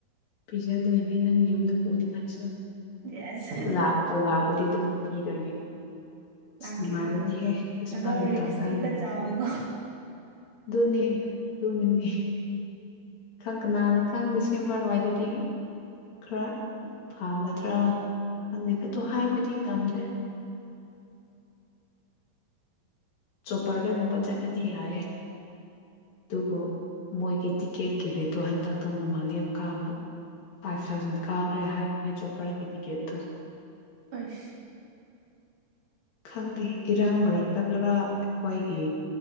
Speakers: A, on the left; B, on the right.
A: ꯄꯤꯖꯗꯣꯏꯅꯤꯅꯅꯦ ꯅꯪ ꯌꯨꯝꯗ ꯄꯨꯅꯤꯡꯉꯥꯏꯁꯨ
B: ꯌꯦꯁ
A: ꯂꯥꯛꯄꯣ ꯂꯥꯛꯂꯗꯤ ꯑꯗꯨꯝ ꯄꯤꯗꯣꯏꯅꯦ ꯑꯁ
B: ꯂꯥꯛꯀꯦꯀꯣ
A: ꯅꯨꯡꯉꯥꯏꯔꯗꯤꯍꯦ ꯀꯁꯄꯥꯗꯨꯝ
B: ꯑꯗꯣ ꯔꯤꯛꯁꯇꯤꯒ
A: ꯇꯥꯖꯔꯝꯒꯅꯤ
B: ꯆꯥꯎꯋꯦꯀꯣ
A: ꯗꯣꯅꯤ ꯗꯣꯅꯅꯤ ꯈꯪ ꯀꯅꯥꯅ ꯈꯪꯗꯦ ꯁꯦꯝꯕꯔꯋꯥꯏꯗꯗꯤ ꯈꯔ ꯐꯒꯗ꯭ꯔꯥ ꯈꯪꯗꯦꯒꯗꯣ ꯍꯥꯏꯕꯗꯤ ꯉꯝꯗ꯭ꯔꯦ ꯁꯣꯄꯔꯗꯒꯨꯝꯕ ꯆꯠꯂꯗꯤ ꯌꯥꯔꯦ ꯑꯗꯨꯕꯨ ꯃꯣꯏꯒꯤ ꯇꯤꯛꯀꯦꯠꯀꯤ ꯔꯦꯠꯇꯣ ꯍꯟꯗꯛꯇ ꯃꯃꯜꯗ ꯌꯥꯝ ꯀꯥꯕ ꯐꯥꯏꯚ ꯊꯥꯎꯖꯟ ꯀꯥꯈ꯭ꯔꯦ ꯍꯥꯏꯕꯅꯦ ꯆꯣꯄꯔꯒꯤ ꯇꯤꯛꯀꯦꯠꯇꯣ
B: ꯑꯁ
A: ꯈꯪꯗꯦ ꯏꯔꯥꯡ ꯃꯔꯛ ꯍꯛꯇ ꯈꯔ ꯑꯩꯈꯣꯏꯒꯤ